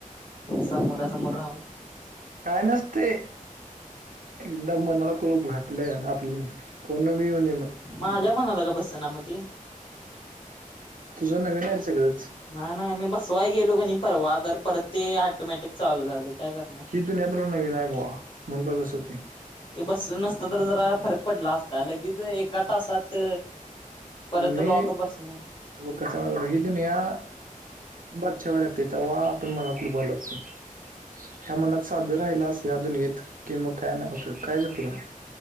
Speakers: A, on the left; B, on the right.
A: समोरा समोर राहून
B: काय नसते एकदम मनाला खूप घातलय आपली कोण म्हनी
A: माझ्या मनाला का बसत ना मती
B: तुझं नवीन आहे सगळंच
A: नाही नाही मी बसवायला गेलो कणी परवा तर ते ऑटोमॅटिक चालू झालं काय करणार
B: यंत्रण नगे नाही भावा मन कर मस्ती
A: ते बसलं नसत तर जरा फरक पडला असता लगेच एका तासात परत
B: मी
A: लॉक बसणं
B: व कसा मही दुनया बादशा व लागते तर वा पण म्हणाला खूप भाव लागते ह्या मनात साधं राहिला अस या अ दुनियेत कि मग काय नाही कायच होत नाय.